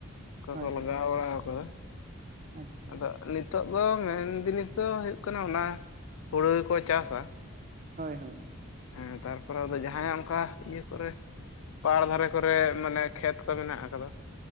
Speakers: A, on the left; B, on the right.
A: ᱚᱠᱟ
B: ᱦᱳᱭ
A: ᱠᱚ ᱞᱟᱜᱟᱣ
B: ᱦᱳᱭ
A: ᱵᱟᱲᱟ ᱠᱟᱫᱟ
B: ᱟᱪᱪᱷᱟ
A: ᱟᱫᱚ ᱱᱤᱛᱚᱜ ᱱᱤᱛᱚᱜ ᱫᱚ ᱢᱮᱱ ᱡᱤᱱᱤᱥ ᱫᱚ ᱦᱩᱭᱩᱜ ᱠᱟᱱᱟ ᱚᱱᱟ ᱦᱩᱲᱳ ᱜᱮ ᱠᱚ ᱪᱟᱥᱟ᱾
B: ᱦᱳᱭ ᱦᱳᱭ
A: ᱦᱮᱸ ᱛᱟᱨᱯᱚᱨᱮ ᱟᱫᱚ ᱡᱟᱦᱟᱸᱭ ᱚᱱᱠᱟ ᱤᱭᱟᱹ ᱠᱚᱨᱮ ᱯᱟᱲ ᱫᱷᱟᱨᱮ ᱠᱚᱨᱮ ᱢᱟᱱᱮ ᱠᱷᱮᱛ ᱠᱚ ᱢᱮᱱᱟᱜ ᱟᱠᱟᱫᱟ ᱾